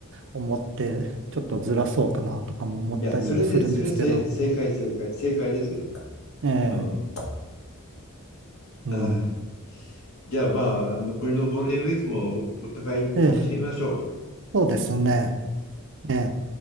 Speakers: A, on the right (about 60°); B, on the left (about 65°).
A: 思って、ちょっとずらそうかなとかも思ったりもするんですけど、
B: いやそれでそれせ正解正解正解ですよ。
A: ええ、
B: うん。
A: うん。
B: ああじゃあまあ残りのゴールデンウィークもおお互い楽しみましょう。
A: ええ、そうですね。ええ